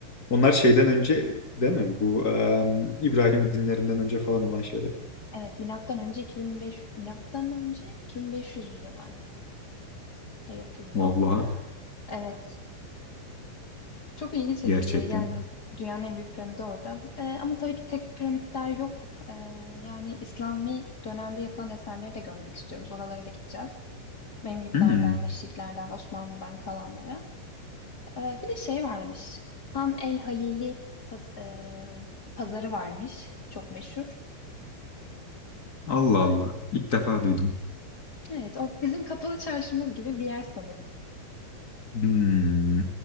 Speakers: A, on the left; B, on the left.
A: Onlar şeyden önce değil mi? Bu em, İbrahim dinlerinden önce falan olan şeyler.
B: Evet, milattan önce 2005 milattan önce 2500'lü yıllarda yapılıyor.
A: Vallahi
B: Evet. Çok ilginç çekici.
A: gerçekten.
B: Yani dünyanın en büyük piramidi orada. Ee, ama tabii ki tek piramitler yok. Ee, yani İslami dönemde yapılan eserleri de görmek istiyoruz. Oralara da gideceğiz. Memlüklerden,
A: Hmm.
B: Neşitlerden, Osmanlı'dan kalanlara. Ee, bir de şey varmış. Han El Halili paz- e, pazarı varmış. Çok meşhur.
A: Allah
B: Öyle.
A: Allah. İlk defa duydum.
B: Evet, o bizim kapalı çarşımız gibi bir yer sanırım.
A: Hmm.